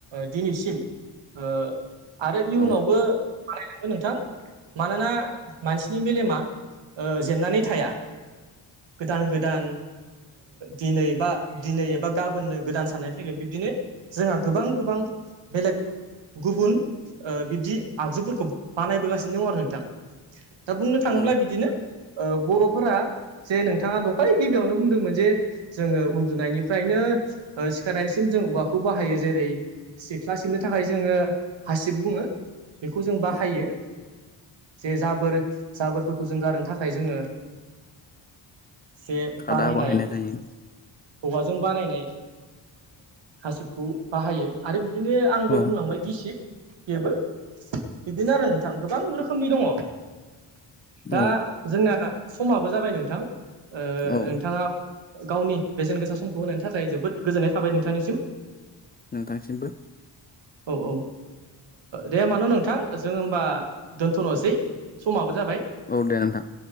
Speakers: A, on the right; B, on the left.
A: दिनैसिम ओ आरो इयुनावबो
B: औ
A: बाहायलांगोन नोंथां मानोना मानसिनि मेलेमा जेननानै थाया गोदान गोदान दिनै बा दिनै एबा गाबोननो गोदान साननाय फैगोन बिब्दिनो जोंहा गोबां गोबां बेलेग गुबुन बिब्दि आगजुफोरखौ बानायबोगासिनो दं आरो नोंथां दा बुंनो थाङोब्ला
B: औ
A: बिदिनो बर'फोरा जे नोंथाङा दहाय गिबियावनो बुंदोंमोन जे जोङो उन्दुनायनिफ्रायनो सिखारनायनिसिम जों औवाखौ बाहायो जेरै सिख्ला सिबनो थाखाय जोङो हासिब बुङो बेखौ जों बाहायो
B: औ
A: जे जाबोर जाबोरफोरखौ जों गारनो थाखाय जोङो जे
B: खादा
A: बानायनाय
B: बाहायनाय जायो
A: औवाजों बानायनाय हासिबखौ बाहायो आरो बिदिनो आं दहाय
B: औ
A: बुंलांबाय गिसिब बेबो बिदिनो आरो नोंथां गोबां रोखोमनि दङ दा
B: औ
A: जोंना समाबो जाबाय नोंथां नोंथाङा
B: औ
A: गावनि बेसेन गोसा समखौ होनायनि थाखाय जोबोद गोजोननाय थाबाय नोंथांनिसिम
B: नोंथांसिमबो
A: औ-औ दे होमबान' नोंथां जों होमबा दोनथ'नोसै समाबो जाबाय
B: औ दे नोंथां